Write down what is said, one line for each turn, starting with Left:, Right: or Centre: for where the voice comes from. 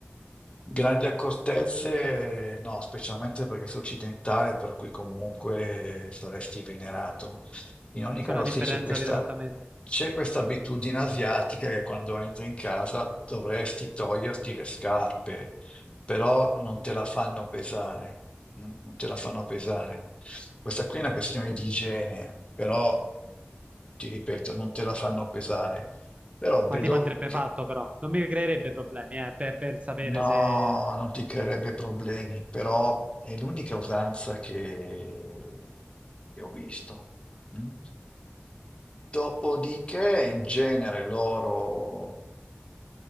Left: Grandi accortezze, no, specialmente perché sei occidentale, per cui comunque saresti venerato. In ogni
Right: C'è
Left: caso,
Right: una differenza
Left: sì, c'è questa,
Right: di trattamento.
Left: c'è questa abitudine asiatica che quando entri in casa dovresti toglierti le scarpe, però non te la fanno pesare, mm, non te la fanno pesare. Questa qui è una questione di igiene, però ti ripeto, non te la fanno pesare. Però vedo
Right: Ma tipo andrebbe
Left: che.
Right: fatto però, non mi creerebbe problemi eh, per, per sapere
Left: No,
Right: se...
Left: non ti creerebbe problemi, però è l'unica usanza che, che ho visto. mm? Dopodiché, in genere, loro